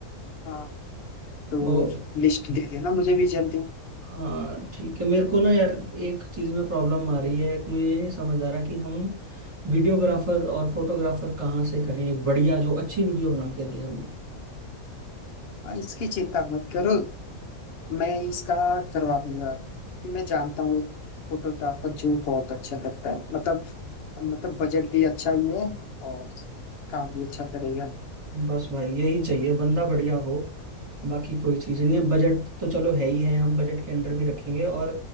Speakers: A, on the left; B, on the right.
A: हाँ, तो
B: तो
A: लिस्ट दे देना मुझे भी जल्दी
B: हाँ ठीक है मेरे को ना यार एक चीज में प्रॉब्लम आ रही है एक मुझे ये नहीं समझ आ रहा कि हम वीडियोग्राफर और फोटोग्राफर कहाँ से करें एक बढ़िया जो अच्छी वीडियो बना के दे हमें
A: हाँ इसकी चिंता मत करो मैं इसका करवा दूंगा क्योंकि मैं जानता हूँ फोटोग्राफर जो बहुत अच्छा करता है मतलब मतलब बजट भी अच्छा ही है और काम भी अच्छा करेगा
B: बस भाई यही चाहिए बंदा बढ़िया हो बाकी कोई चीज़ नहीं है बजट तो चलो है ही है हम बजट के अंडर भी रखेंगे और